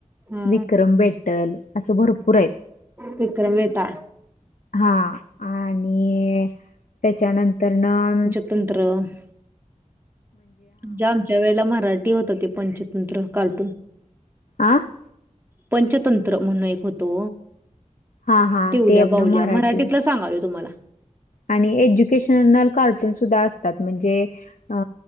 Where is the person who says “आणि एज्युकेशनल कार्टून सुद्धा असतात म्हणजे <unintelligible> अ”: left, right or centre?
Left